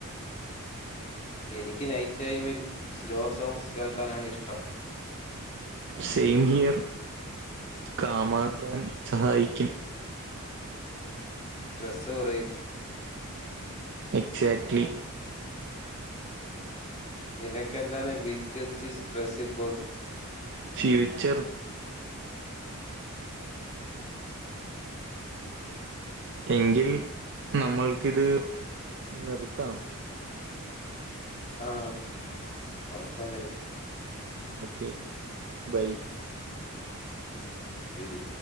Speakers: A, on the left; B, on the right.
A: എനിക്ക് നൈറ്റ് ടൈമിൽ സ്ലോ സോങ്സ് കേൾക്കാനാണ് ഇഷ്ടം
B: സെയിം ഹിയർ കാമാകാൻ സഹായിക്കും
A: സ്ട്രെസ്സ് കുറയും
B: എക്സാക്ട്ലി
A: നിനക്കന്താണ് ബിഗ്ഗസ്റ്റ് സ്ട്രെസ്സ് ഇപ്പോൾ
B: ഫ്യൂച്ചർ എങ്കിൽ നമ്മൾക്കിത് നിർത്താം
A: ആഹ് ഉറക്കാവരും
B: ഒക്കെ ബൈ
A: ശെരി